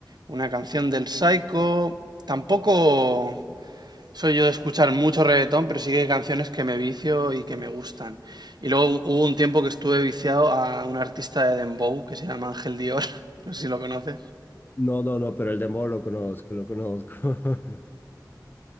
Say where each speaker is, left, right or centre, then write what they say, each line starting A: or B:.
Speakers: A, on the right (about 70°); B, on the left (about 25°).
A: una canción del Psycho. Tampoco soy yo de escuchar mucho reggaetón, pero sí que hay canciones que me vicio y que me gustan. Y luego hu- hubo un tiempo que estuve viciado a un artista de Dembow que se llama Ángel Dior, <laughs> no sé si lo conoces.
B: No, no, no, pero el dembow lo conozco, lo conozco. <laughs>